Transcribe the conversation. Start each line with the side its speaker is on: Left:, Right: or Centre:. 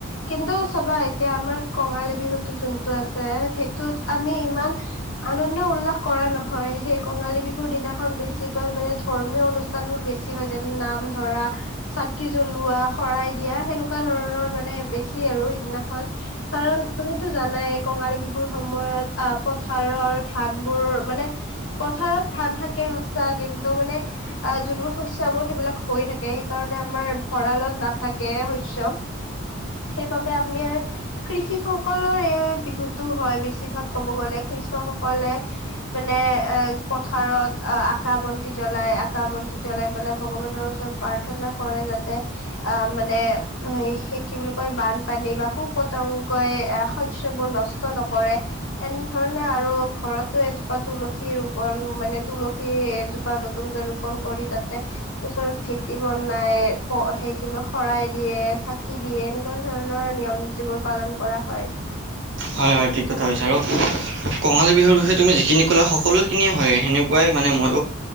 Left: কিন্তু চাবা এতিয়া আমাৰ কঙালী বিহুতো যোনটো আছে সেইটোত আমি ইমান আনন্দ উল্লাস কৰা নহয়, সেই কঙালী বিহুৰ দিনাখন বেছিকৈ মানে ধৰ্মীয় অনুষ্ঠান বোৰ বেছি হয় যেনে নাম ধৰা চাকি জ্বলোৱা শৰাই দিয়া, সেনেকুৱা ধৰণৰ মানে বেছি আৰু সিদিনাখন। কাৰণ তুমিতো, জানাই কঙালী বিহুৰ সময়ত আহ পথাৰ ধান বোৰ মানে পথাৰত ধান থাকে সচা কিন্তু মানে আহ যোনবোৰ শস্য সেইবিলাক হৈ থাকে সেইকাৰণে আমাৰ ভঁৰালত নাথাকে শস্য। সেইবাবে আমি আৰ কৃষি সকলৰ এই বিহুতো হয়, বেছিভাগ ক'ব গলে কৃষকসকলে মানে এ পথাৰত আকা, বন্তি জ্বলাই আকা বন্তি জ্বলাই পেলাই ভগৱানৰ ওচৰত প্ৰাৰ্থনা কৰে, যাতে আহ মানে কি বুলি কয়, বানপানী বা পোক-পতংগই আহ শস্যবোৰ নষ্ট নকৰে। এনেধৰণে আৰু ঘৰতো, এজোপা তুলসী ৰোপন মানে তুলসী এজোপা নতুন কে ৰোপণ কৰি তাতে ওচৰত ভেটি বনাই, সে কি বোলে শৰাই দিয়ে ছাকি দিয়ে এনেকুৱা, ধৰণৰ নিয়ম নীতিবোৰ পালন কৰা হয়।
Right: হয়, হয় ঠিক কথা কৈছা আৰু কঙালী বিহুৰ বিষয়ে তুমি যিখিনি ক'লা, সকলোখিনিয়ে হয় সেনেকুৱাই মানে মই